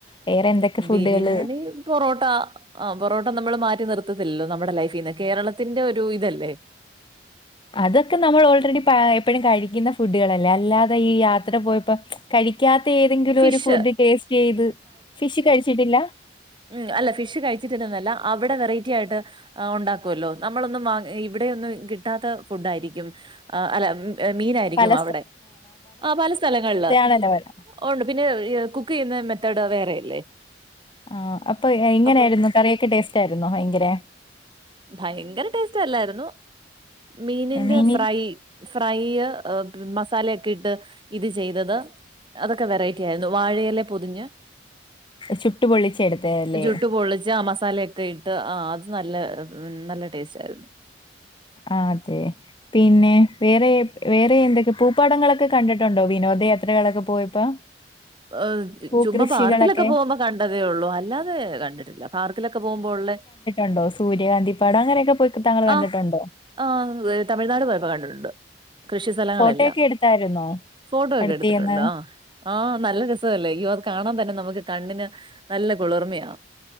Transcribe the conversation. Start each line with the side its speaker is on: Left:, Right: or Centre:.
Left: വേറെ എന്തൊക്കെ ഫുഡുകള്
Right: ബിരിയാണി, പൊറോട്ട ആഹ് പൊറോട്ട നമ്മൾ മാറ്റി നിർത്തത്തില്ലല്ലോ നമ്മടെ ലൈഫീന്ന് കേരളത്തിന്റെ ഒരു ഇതല്ലേ
Left: അതൊക്കെ നമ്മൾ ഓൾറെഡി പഴെ എപ്പഴും കഴിക്കുന്ന ഫുഡുകളല്ലേ അല്ലാതെ ഈ യാത്ര പോയപ്പം കഴിക്കാത്ത ഏതെങ്കിലും
Right: ഫിഷ്
Left: ഒരു ഫുഡ് ടേസ്റ്റ് ചെയ്ത് ഫിഷ് കഴിച്ചിട്ടില്ല
Right: മ് അല്ല ഫിഷ് കഴിച്ചിട്ടില്ലന്നെല്ല അവിടെ വെറൈറ്റി ആയിട്ട് ആഹ് ഉണ്ടാക്കുവല്ലോ നമ്മളൊന്നും വാ ഇവിടെ ഒന്നും കിട്ടാത്ത ഫുഡ് ആയിരിക്കും അല്ല മ് മീനായിരിക്കും
Left: പല
Right: അവടെ ആഹ് പല സ്ഥലങ്ങൾല്
Left: വേണ്ട വേണ്ട
Right: ഒണ്ട് പിന്നെ കുക്ക് ചെയ്യുന്ന മെത്തേഡ് വേറെയല്ലേ
Left: ആഹ് അപ്പൊ എങ്ങനെയായിരുന്നു
Right: അപ്പൊ
Left: കറിയൊക്കെ ടേസ്റ്റ് ആയിരുന്നോ ഭയങ്കരെ
Right: ഭയങ്കര ടേസ്റ്റ് അല്ലായിരുന്നു മീനിന്റെ
Left: മീന്
Right: ഫ്രൈ ഫ്രൈയ്യ് ഏഹ് മസാലൊക്കെ ഇട്ട് ഇത് ചെയ്തത് അതൊക്കെ വെറൈറ്റി ആയിരുന്നു വാഴഎലെ പൊതിഞ്ഞ്
Left: ചുട്ടു പൊള്ളിച്ചെടുത്തല്ലേ
Right: ജുട്ട് പൊള്ളിച്ച് ആ മസാലെ ക്കെ ഇട്ട് ആഹ് അത് നല്ല നല്ല ടേസ്റ്റായിരുന്നു
Left: ആതെ പിന്നെ വേറെ വേറെ എന്തൊക്കെ പൂപ്പാടങ്ങളൊക്കെ കണ്ടിട്ടുണ്ടോ വിനോദ യാത്രകളൊക്കെ പോയപ്പോ
Right: ഏഹ്
Left: പൂകൃഷികളൊക്കെ
Right: ചുമ്മാ പാർക്കിലൊക്കെ പോവുമ്പോ കണ്ടതേ ഉള്ളൂ അല്ലാതെ കണ്ടിട്ടില്ല പാർക്കിലൊക്കെ പോകുമ്പോൾ ഉള്ളേ
Left: ഉണ്ടോ സൂര്യകാന്തി പാട അങ്ങനെയൊക്കെ പോയി താങ്കൾ കണ്ടിട്ടുണ്ടോ
Right: ആഹ് ആഹ് തമിഴ്നാട് പോയപ്പോ കണ്ടിട്ടുണ്ട് കൃഷി സ്ഥലങ്ങളെല്ലാം
Left: ഫോട്ടോയൊക്കെ എടുത്തായിരുന്നോ
Right: ഫോട്ടോ ഒക്കെ
Left: അടുത്തീന്ന്
Right: എടുത്തിട്ടുണ്ട് ആഹ് ആഹ് നല്ല രസവല്ലേ അയ്യോ അത് കാണാൻ തന്നെ നമുക്ക് കണ്ണിന് നല്ല കുളിർമയാ